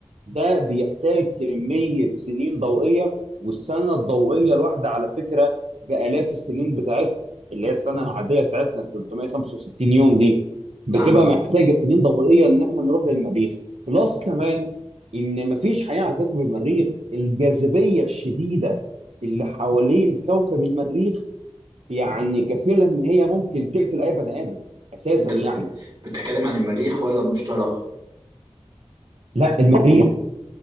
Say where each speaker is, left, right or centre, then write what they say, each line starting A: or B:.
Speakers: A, on the right (about 80°); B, on the right (about 45°).
A: ده بيحتاج كمية سنين ضوئية والسنة الضوئية الواحدة على فكرة بآلاف السنين بتاعتنا اللي هي السنة العادية بتاعتنا ال 365 يوم دي بتبقى
B: نعم
A: محتاجة سنين ضوئية ان احنا نروح للمريخ بلس كمان ان مفيش حياة على كوكب المريخ الجاذبية الشديدة اللي حوالين كوكب المريخ يعني كفيله ان هي ممكن تقتل اي بني ادم اساسا
B: انت بت...
A: يعني
B: بتتكلم عن المريخ ولا المشتري
A: لا المريخ